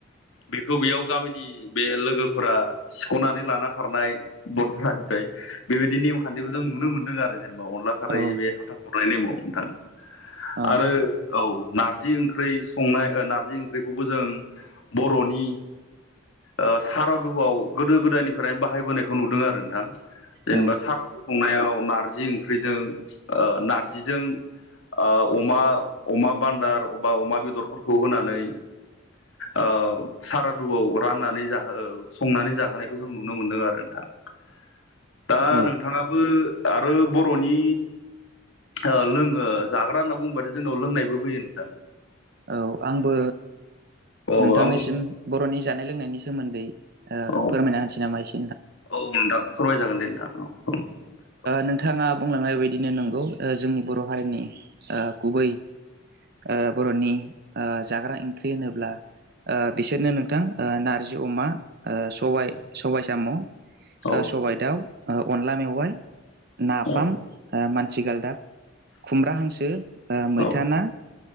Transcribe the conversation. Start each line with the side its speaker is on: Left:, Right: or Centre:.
Left: बेखौ बेयाव गामिनि बे लोगोफोरा सिख'नानै लाना खारनाय बर थरानिफ्राय बेबायदि नेमखान्थिखौ जों नुनो मोन्दों आरो जेनेबा अनला खारै
Right: औ
Left: बे हाथा खुरनाय नेमाव नोंथां ।
Right: औ
Left: आरो औ नारजि ओंख ख्रै संनाय ओ नारजि ओंख्रिखौबो जों बर'नि ओ सारादुआव गोदो गोदायनिफ्राय बाहायबोनायखौ नुदों आरो नोंथां जेनेबा
Right: औ
Left: सारादु खुंनायाव नार्जि ओंख्रिजों ओ नारजिजों ओ अमा अमा बान्दार अब्बा अमा बेदरफोरखौ होनानै ओ सारादुआव राननानै जाहो ओ संनानै जाहोनायखौ जों नुनो मोनदों आरो नोंथां । दा
Right: औ
Left: नोंथाङाबो आरो बर'नि ओ लोंङ जाग्रा होनना बुंबाथाय जोंनाव लोंनायबो फैयो नोंथां ।
Right: औ आंबो
Left: औ
Right: नोंथांनिसिम
Left: आं बुं
Right: बर'नि जानाय लोंनायनि सोमोन्दै ओ
Left: औ
Right: फोरमायना होनोसै नामा इसे ।
Left: औ नोंथां फोरमाय जागोन दे नोंथां औ औ ।
Right: नोंथाङा बुंलांनाय बायदिनो नंगौ ओ जोंनि बर' हारिनि ओ गुबै ओ बर'नि ओ जाग्रा ओंख्रि होनोब्ला बिसोरनो नोंथां ओ नारजि अमा ओ सबाय
Left: औ
Right: सबाय साम' ओ
Left: औ
Right: सबाय दाउ ओ अनला मेवाइ नाफाम
Left: औ
Right: ओ मानथि गालदाब खुमब्रा हांसो ओ मैथा
Left: औ
Right: ना